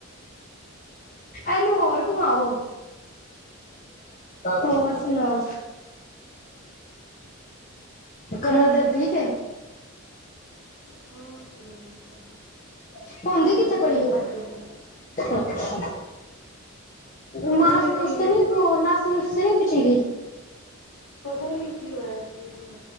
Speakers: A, on the left; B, on the left.
A: ਏਨੂੰ ਹੋਰ ਘੁਮਾਓ। ਹੋਰ ਸੁਨਾਓ। ਕਮਰ ਦਰਦ ਠੀਕੇ?
B: <inaudible>
A: ਹੋਂਦੀ ਕਿੱਥੇ
B: ਦਵਾਈ
A: ਪਈ ਏ?
B: ਖਾਧੀ ਸੀ
A: ਅੱਛਾ, ਮਾਸ-ਮੂਸ
B: ਅਰੇ ਮੇਰੀ
A: ਤੇ ਨੀਓ ਨੱਸ ਨੁੱਸ ਤੇ ਨੀ ਖਿਚੀਗੀ।
B: ਪਤਾ ਈ ਨੀਂ ਕੀ ਹੋਇਆ, ਕੀ ਨਈਂ